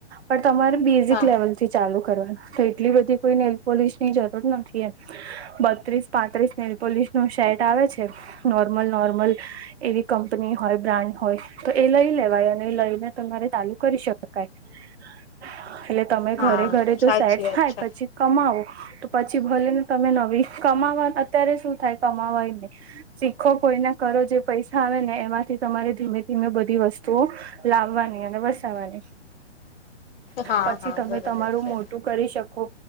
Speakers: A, on the right; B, on the left.
A: પણ તમારે બેઝિક
B: હા.
A: લેવલ થી ચાલુ કરવાનું તો એટલી બધી કોઈ નેલપોલિશની જરૂર નથી એમ. બત્રીસ પાંત્રીસ નેલપોલીસ નું શેટ આવે છે નોર્મલ નોર્મલ. એવી કંપની હોય બ્રાન્ડ હોય. તો એ લઈ લેવાય અને એ લઈને તમારે ચાલુ કરી શકાય. એટલે તમે
B: હા
A: ઘરે ઘરે જો
B: સાચી
A: સેટ
B: વાત
A: થાય
B: છે
A: પછી કમાવો. તો પછી ભલે ને તમે નવી કમાવા અત્યારે શું થાય કમાવાય ને. શીખો કોઈના કરો જે પૈસા આવે ને એમાંથી તમારે ધીમે ધીમે બધી વસ્તુઓ લાવવાની અને વસાવાની
B: હા
A: પછી
B: હા
A: તમે
B: બરોબર
A: તમારું
B: છે.
A: મો ટુ કરી શકો